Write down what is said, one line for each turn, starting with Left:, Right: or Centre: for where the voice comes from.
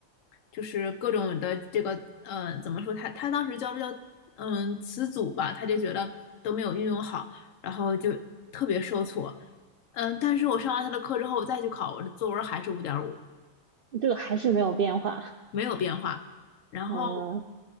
Left: 就是各种的这个，嗯，怎么说？他他当时教这叫嗯词组吧，他就觉得都没有运用好，然后就特别受挫。嗯，但是我上完他的课之后，我再去考，我的作文还是五点五，
Right: 这个还是没有变化。
Left: 没有变化。然后
Right: 嗯